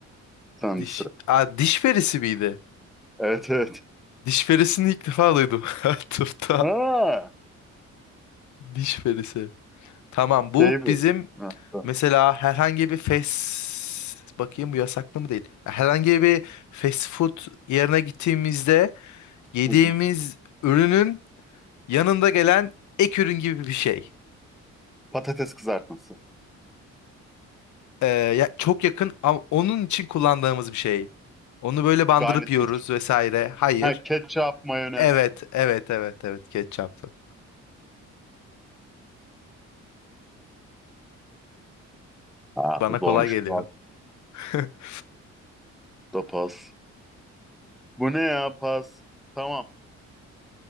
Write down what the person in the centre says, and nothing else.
Sende
sıra.
Evet evet.
Ha,
şey bu.
Ha, tamam.
Hı hı.
Patates kızartması.
Garnitür.
Ha, ketçap, mayonez.
Ha,
bu zormuş.
Pas
da pas. Bu ne ya pas? Tamam.